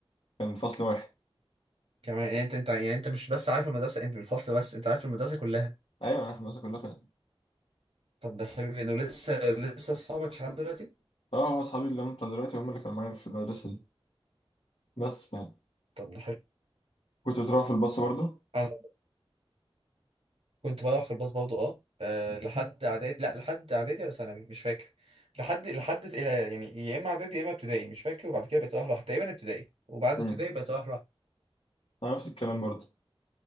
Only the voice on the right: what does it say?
كمان يعني انت انت يعني انت مش بس عارف المدرسة انت الفصل بس انت عارف المدرسة كلها
طب ده حلو جدا ولسه لسه اصحابك لحد دلوقتي؟
طب ده حلو
انا كنت بروح في الباص برضه اه آه، لحد اعدادي لا لحد اعدادي ولا ثانوي مش فاكر لحد لحد الى يعني يا اما اعدادي يا اما ابتدائي مش فاكر وبعد كده بقيت اروح لوحدي تقريبا ابتدائي وبعد
ابتدائي بقيت اروح